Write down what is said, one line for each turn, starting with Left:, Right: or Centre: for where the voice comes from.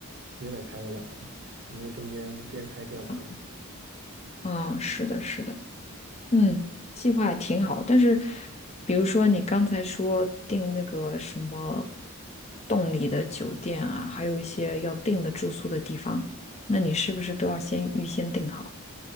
Right: 也得开个两三天，因为中间边开边玩儿嘛。
Left: 啊？啊，是的，是的，嗯，计划也挺好，但是比如说你刚才说订那个什么洞里的酒店啊，还有一些要订的住宿的地方，那你是不是都要先预先订好？